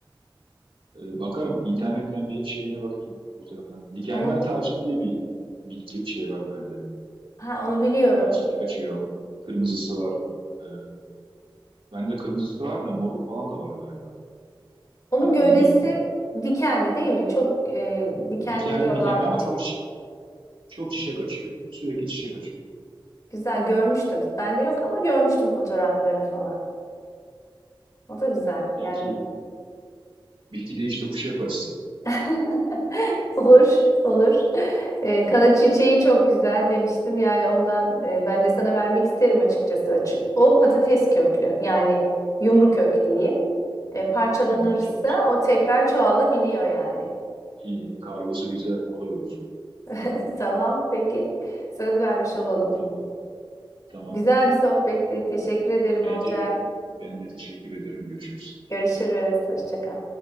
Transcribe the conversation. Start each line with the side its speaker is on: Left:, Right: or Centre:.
Right: Ee, bakarım internetten bir şeyine bakayım bu tarafına. Dikenler
Left: Onu, mu-
Right: tacı diye bir bitki şey var bende.
Left: ha, onu biliyorum.
Right: Ee, çiçek açıyor. Kırmızısı var. Ee, bende kırmızısı var da moru falan da var galiba.
Left: Onun
Right: Tam
Left: gövdesi
Right: emin değilim.
Left: dikenli değil mi? Çok e, dikenleri
Right: E, Dikenli
Left: olan
Right: dikenli
Left: bir
Right: ama
Left: bitki.
Right: çok çi- çok çiçek açıyor. Sürekli çiçek açıyor.
Left: Güzel görmüştüm. Bende yok ama görmüştüm fotoğraflarını falan. O da güzel. Yani
Right: Belki Bilgi değiş tokuşu yaparız.
Left: <laughs> Olur, olur. Ee, kana çiçeği çok güzel demiştim yani ondan e, ben de sana vermek isterim açıkçası. Çü- O patates köklü yani yumru kök diyeyim. E, parçalanırsa
Right: Tamam, çok güzel.
Left: o tekrar çoğalabiliyor yani.
Right: İyi, kargosu güzel, kolay olur.
Left: <laughs> Tamam, peki. Söz vermiş olalım.
Right: Tamam, tamam.
Left: Güzel bir sohbetti. Teşekkür ederim
Right: Bence
Left: Olcay.
Right: de. Ben de teşekkür ederim. Görüşürüz.
Left: Görüşürüz. Hoşça kal.